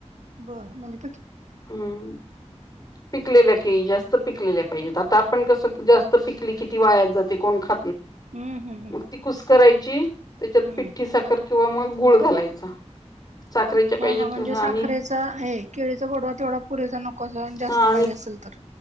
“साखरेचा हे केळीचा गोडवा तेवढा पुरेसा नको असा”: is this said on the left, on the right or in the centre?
Right